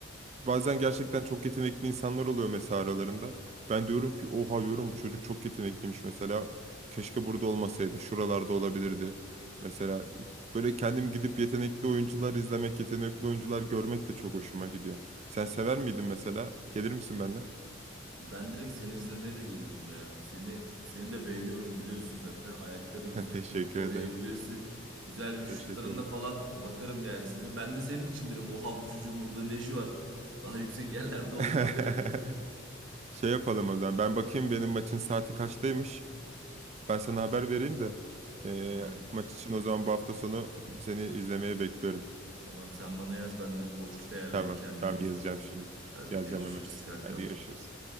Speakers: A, on the right; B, on the right.
A: Bazen gerçekten çok yetenekli insanlar oluyor mesela aralarında. Ben diyorum ki oha diyorum bu çocuk çok yetenekliymiş mesela. Keşke burada olmasaydı şuralarda olabilirdi. Mesela böyle kendim gidip yetenekli oyuncular izlemek, yetenekli oyuncular görmek de çok hoşuma gidiyor. Sen sever miydin mesela? Gelir misin benimle?
B: Ben direkt seni izlemeye de gelirim ya. Seni seni de beğeniyorum biliyorsun zaten. Ayakları
A: <laughs>
B: güzel,
A: Teşekkür
B: topu koruyabiliyorsun.
A: ederim.
B: Güzel bir şutlarına
A: Teşekkür ederim.
B: falan bakarım yani senin. Ben de senin için derim. Oha bu çocuğun burada ne işi var? Daha yüksek yerlerde olmalı
A: <laughs>
B: derim.
A: Şey yapalım o zaman. Ben bakayım benim maçın saati kaçtaymış. Ben sana haber vereyim de eee,
B: Tamam.
A: maç için o zaman bu hafta sonu seni izlemeye bekliyorum.
B: Tamam sen bana yaz ben de bir boşluk ayarlayayım
A: Tamam,
B: kendime
A: tamam
B: o zaman.
A: yazacağım şimdi.
B: Hadi
A: Yazacağım
B: görüşürüz
A: hemen.
B: kankam.
A: Hadi görüşürüz.